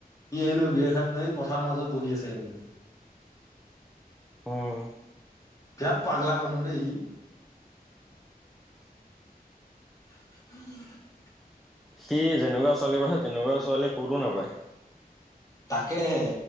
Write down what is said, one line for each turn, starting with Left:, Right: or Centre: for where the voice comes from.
Left: সি হেনো বিয়াৰ খাই পিনে সি পথাৰ মাজত বহি আছে সি,
Centre: উম
Left: বিৰা ত পাগলা মানুহ দেই ই, <unintelligible>
Centre: সি যেনেকুৱা ছোৱালী পাইছে তেনেকুৱা ছোৱালী ক'তো নাপায়।
Left: তাকেহে